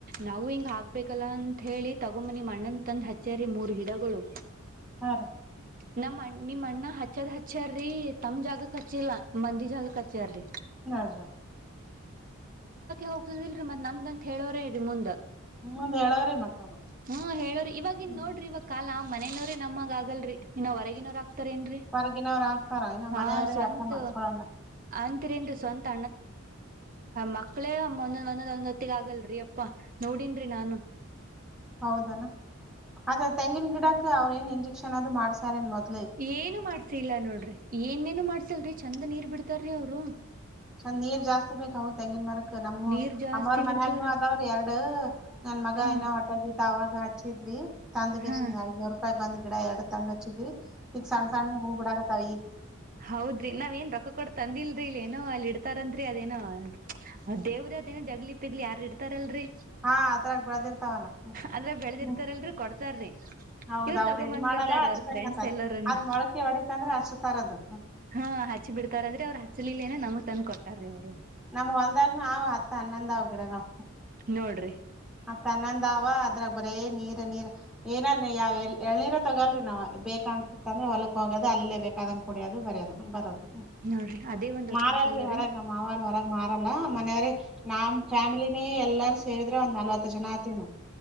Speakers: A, on the right; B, in the centre.
A: ನಾವು ಹಿಂಗ ಹಾಕ್ಬೇಕ ಹಲ್ಲಾ ಅಂತತ್ ಹೇಳಿ ತಗೊ ಮನಿ ಮಣ್ಣನ್ ತಂದ್ ಹಚ್ಚ್ಯಾರಿ ಮೂರ್ ಗಿಡಗಳು
B: ಹಾ ರೀ
A: ನಮ್ಣ ನಿಮ್ ಅಣ್ಣ ಹಚ್ಚದ್ ಹಚ್ಚ್ಯಾರೀ ತಮ ಜಾಗಕ್ ಹಚ್ಚಿಲ್ಲ ಮಂದಿ ಜಾಗಕ್ ಹಚ್ಚ್ಯಾರೀ
B: ನಾಲ್್ರ
A: ಹೋಗತದ ಇಲ್ರಿ ಮತ್ ನಮ್ದ ಅಂತ ಹೇಳೋರೇ ಮುಂಡ
B: ಹ್ಮ್ ಹೇಳವ್ರೆ ಮತ್ತ ಅವ
A: ಹ್ಮ ಹೇಳವ್ರಿ ಇವವಾಗಿ ಇನ್
B: ಹ್ಮ್
A: ನೋಡ್ರಿ ಇವಾಗ ಕಾಲ ಮನೇನವ್ರೀ ನಮ್ಮಗ್ ಆಗಲ್ರಿ ಇನ್ನ ಹೊರಗಿನವರ ಹತರೇನ್ರಿ
B: ಹೊರಗಿನವ್ರ ಹಾಕ್ತಾರ ಇನ್ನ
A: ಹಾ
B: ಮನೆಯವ್ರೇ
A: ಸ್ವಂತ
B: ಅರ್ಥ ಮಾಡ್ಕೊಳಲ್ಲ
A: ಅಂತರೇನ್ೀ ಸ್ವಂತ ಮಕ್ಳೇ ಒಂದೊಂದ ಒಂದೊಂದ್ ಒಂದ್ೊತ್ತಿಗೆ ಆಗಲ್ರರಿ ಅಪ್ಪಾ ನೋಡನ್ರಿ ನಾನು
B: ಹೌದಲ್ಲ ಅದ ತೆಂಗಿನ ಗಿಡಕ್ ಅವ್ರ ಏನ್ ಇಂಜೆಕ್ಷನ್ ಅದು ಮಾಡ್ಸಾರ ಏನ್ ಮೊದ
A: ಏನು ಮಾಡ್ಸ ಇಲ್ಲ ನೋಡ್ರಿ ಏನೇನು ಮಾಡ್ಸಲ್ರಿ ಚಂದ ನೀರ್ ಬಿಡ್ತಾರಿ ಅವರು
B: ಚಂದ ನೀರ್ ಜಾಸ್ತಿ ಬೇಕವು ತೆಂಗಿನ ಮಾರಕ್ ನಮ್ಮ
A: ನೀರ್ ಜಾಸ್ತಿ
B: ಅಮ್ಮ್ರ ಮನ್ಯಾಗನ
A: ಬಿಡ್ತಾರ
B: ಆದವ್ರು ಎರಡು ನಡು <unintelligible> ನನ್ ಮಗ
A: ಹಾ
B: ನ ಹೊಟಗತ್ತು ಆವಾಗ ಹಚ್ಚ ಿದ್ರಿ ತಂದಗೇಶ್
A: ಹಾ
B: ಐನೂರು ರೂಪಾಯ್ ಬಂದ ಈಡ ಎಡ್ತ ಅಂದಚದು ಈಗ ಸಣ್ಣ ಸಣ್ಣ ಹೂ ಬಿಡಕತ್ತಾವ
A: ಹೌದ್ರಿ ನಾವ್ ಏನ್ ರೊಕ್ಕ ಕೊಡ ತಂದಿಲ್ರರಿ ಇಲ್ ಏನೋ ಅಲ್ಲಿ ಇಡ್ತಾರನ್ರರಿ ಅದೇನೋ ದೇವ್ರ ಅದೇನೋ ಜಗ್ಲಿ ಪಿಗ್ಲಿ ಯಾರ್ ಇಡ್ತಾರಲ್ರರಿ
B: ಹಾ ಅದ್ರಗ್ ಬೆಳದಿರ್ತಾವಲ್ಲ
A: ಅಂದ್ರೆ ಬೆಳೆದಿರ್ತಾರಲ್ರರಿ
B: ಹ್ಮ್
A: ಕೊಡ್ತಾರ್ರಿ
B: ಹೌದ
A: ಇವ್ರ
B: ಅವ್ರ
A: ತಗೊ
B: ಇದ
A: ಬಂದ್
B: ಮಾಡಲ್ಲ
A: ಬಿಡ್ತಾರಿ
B: ಹಚ್ಬೇಕಂತ
A: ಅವ್ರ ಫ್ರೆಂಡ್ಸ್ ಎಲ್ಲರನು
B: ಅದ್ ಮೊಳಕೆ ಹೊಡಿತ ಅಂದ್ರೆ ಹಚ್ತಾರದು
A: ಹಾ ಹಚ್ಚಿ ಬಿಡ್ತಾರ ಅಂದ್ರೆ ಅವ್ರು ಹಚ್ಚಲಿಲ್ಲ ನ ನಮ ತಂದನ್ ಕೊಟ್ಟ ಅ್ರರಿ ಅವರು
B: ನಮ್ ಹೊಲ್ದಾಗ ನ್ ಅತ್ತ ಅನ್ನಂದಾವ ಗಿಡಗಳು
A: ನೋಡ್ರಿ
B: ಮ ತನ್ನಂದಾವ ಅ. <inaudible> ಅದ್ರಾಗ ಬರೇ ನೀರ್ ನೀರ್ ಏನ ಯಾವ ಎಳೀರ ತೊಗಲ್ರಿ ನಾವು ಬೇಕ ಅನ್ಸಿತ್ತ ಅಂದ್ರೆ ಹೊಲಕ್ ಹೋಗೋದು ಅಲ್ಲೇ ಬೇಕಾದಂಗ ಕುಡಿಯೋದು ಬರದು ಬರೋದು.
A: ನೋಡ್ರಿ ಅದೇ ಒಂದ್ ಹೊತ್ತಿಗ
B: ಮಾರಲ್ರಿ
A: ಚೊಲೋ
B: ಹೊರಗ್
A: ರೀ.
B: ನಮ್ ಮಾವಾರ ಹೊರಗ್ ಮಾರಲ್ಲ ಮನೆಯವ್ರೇ ನಮ್ ಫ್ಯಾಮಿಲಿನೇ ಎಲ್ಲಾರ ಸೇರಿದ್ರೆ ಒಂದ್ ನಲ್ವತ್ತು ಜನ ಆತಿವನ.